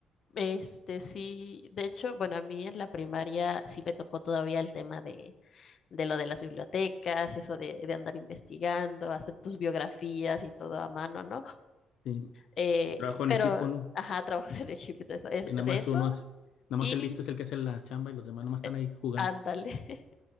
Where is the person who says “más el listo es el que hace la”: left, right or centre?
Left